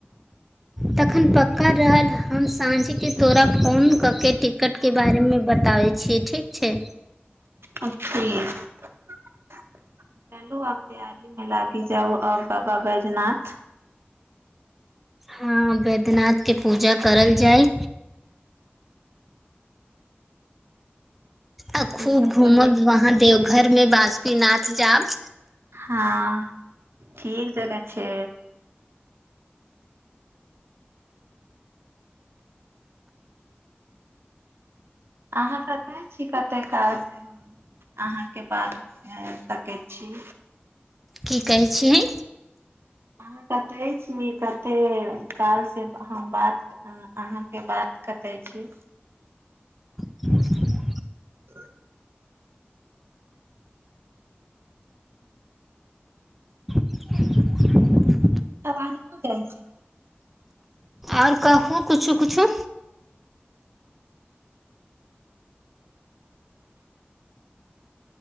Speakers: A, in the centre; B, on the right (about 80°).
A: तखन पक्का रहल हम साँझेके तोरा फोन कऽ के टिकट के बारेमे बताबै छियै ठीक छै
B: आ ठिक चलू आब तैयार मे लागी जाउ अ बाबा बैद्यनाथ
A: हँ बैद्यनाथ के पूजा करल जाइ आ खूब
B: ई सब
A: घूमब
B: पने
A: वहां देवघर में बासुकीनाथ जाउ
B: हँ ठीक जगह छै अहाँ कत छी कते काज अहाँ के बात हँ ताकै छी
A: की कहै छियै
B: अहाँ कते छी कते काल से हम बात अहाँके बात कतै छी
A: हँ <inaudible>
B: ह <inaudible>
A: <inaudible>
B: आवाज नजाय छै
A: आओर कहू किछू किछु